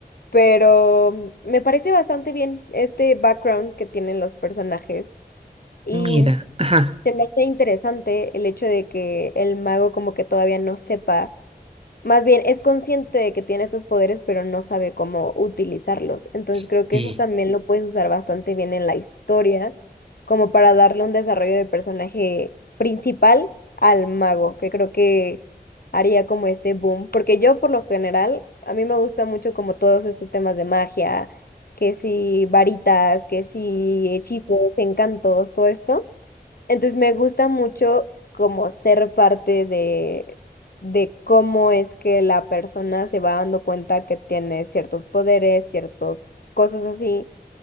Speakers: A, on the left (about 65°); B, on the right (about 35°).
A: Pero mm, me parece bastante bien este background que tienen los personajes. y
B: mira, ajá,
A: se me hace interesante el hecho de que el mago como que todavía no sepa, más bien es consciente de que tiene estos poderes, pero no sabe cómo utilizarlos. Entonces
B: sí.
A: creo que eso también lo puedes usar bastante bien en la historia, como para darle un desarrollo de personaje principal al mago, que creo que haría como este boom, porque yo por lo general, a mí me gusta mucho como todos estos temas de magia, que si varitas, que si hechizos, encantos, todo esto. Entonces me gusta mucho como ser parte de, de cómo es que la persona se va dando cuenta que tiene ciertos poderes, ciertas cosas así,